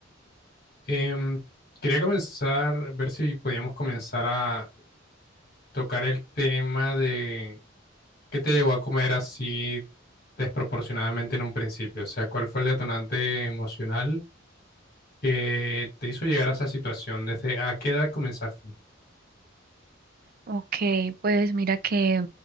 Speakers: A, on the left (about 50°); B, on the right (about 50°).
A: em, quería comenzar, ver si podíamos comenzar a tocar el tema de qué te llevó a comer así desproporcionadamente en un principio. O sea, ¿cuál fue el detonante emocional que te hizo llegar a esa situación? ¿Desde a qué edad comenzaste?
B: Ok, pues mira que